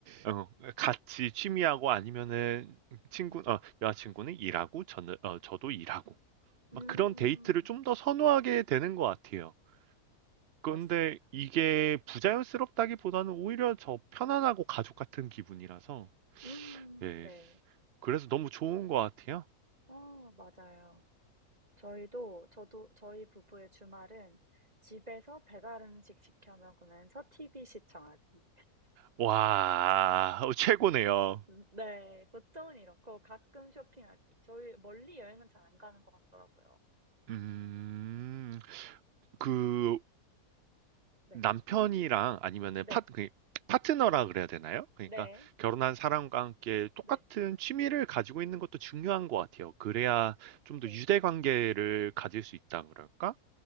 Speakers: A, on the right; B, on the right.
A: 어, 같이 취미하고 아니면은 친구
B: 음,
A: 어, 여자친구는 일하고 저는 어, 저도 일하고
B: 음,
A: 막 그런 데이트를 좀 더 선호하게 되는 것 같아요.
B: 맞습니다.
A: 그런데 이게
B: 네,
A: 부자연스럽다기보다는 오히려 저 편안하고 가족 같은 기분이라서
B: 음,
A: 예
B: 네.
A: 그래서 너무 좋은 것 같아요.
B: 어, 맞아요. 저희도 저도 저희 부부의 주말은 집에서 배달 음식 시켜 먹으면서 TV 시청하기.
A: 와, 어, 최고네요.
B: 음, 네, 보통은 이렇고 가끔 쇼핑하기. 저희 멀리 여행은 잘 안 가는 것 같더라고요.
A: 음,
B: 음,
A: 그
B: 네,
A: 남편이랑 아니면은
B: 네,
A: 파, 그, 파트너라 그래야 되나요? 그러니까
B: 네,
A: 결혼한 사람과 함께 똑같은
B: 네,
A: 취미를 가지고 있는 것도 중요한 것 같아요. 그래야 좀
B: 네.
A: 더 유대 관계를 가질 수 있다 그럴까?